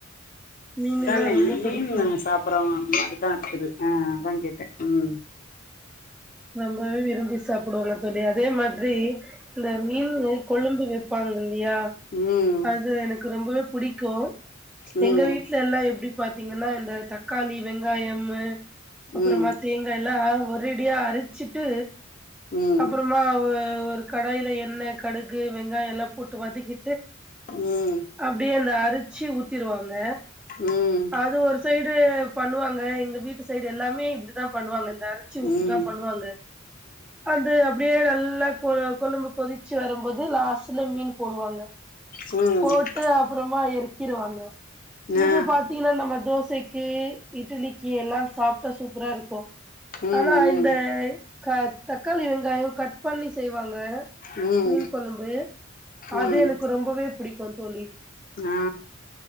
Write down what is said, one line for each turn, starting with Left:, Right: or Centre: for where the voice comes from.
Centre: மீனுன்னா
Left: அதான
Centre: ரொம்ப புடிக்கு
Left: மீன் நம்ம சாப்பறோம் அதுதா இருக்குது அ அதா கே உம்
Centre: ரொம்பவே விரும்பி சாப்பிடுவாங்க தோழி அதே மாதிரி இந்த மீன் கொழம்பு வைப்பாங்க ா
Left: ம்
Centre: அது எனக்கு ரொம்பவே பிடிக்கு
Left: ம்
Centre: எங்க வீட்ல எல்லா எப்டி ப பத்தீங்கனா இந்த தக்காளி வெங்காயம் அப்பறம்
Left: ம்
Centre: பாத்தீங்கன்னா ஒரேடியா அரி வச்சுட்டு
Left: ம்
Centre: அப்பறமா ஒரு கடாயில எண்ணெய் கடுகு வெங்காய எல்லா போட்டு வதக்கி
Left: ம்
Centre: அப்டியே அந்த அரிச்சு ஊத்திருவாங்க
Left: ம்
Centre: அது ஒரு சைடு பண்ணுவாங்க எங்க வீட்டு சைடு எல்லாமே தா பண்ணுவாங்க இந்த அரச்சி ஊத்தீதா
Left: ம்
Centre: பண் பண்ணுவாங்க அது அப்டியே நல்லா கொழம்பு கொதிச்சு வரும்போது லாஸ்டுல மீன் போடுவாங்க
Left: ம் ம் ம்
Centre: போட்டு அப்பறமா இருக்கு க்கிறுவாங்க
Left: ஆ
Centre: இது பாத்தீங்கன்னா நம்ம தோசைக்கு இட்டுலி எல்லா சாப்ட்டா சூப்பரா இருக்கு
Left: உம்
Centre: ஆனா
Left: உம்
Centre: இந்த க கட் தக்காளி வெங்காய கட் பண்ணி செய்வாங்க
Left: ம் ம்
Centre: மீன் கொழம்பு
Left: ம்
Centre: அது எனக்கு ரொம்பவே பிடிக்கு தோழி
Left: ஆ